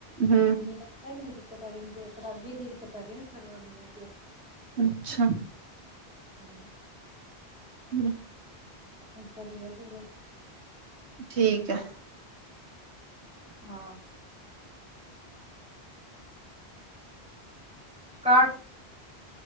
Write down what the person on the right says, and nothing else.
ہ
اچھا
ہوں
ٹھیک ہے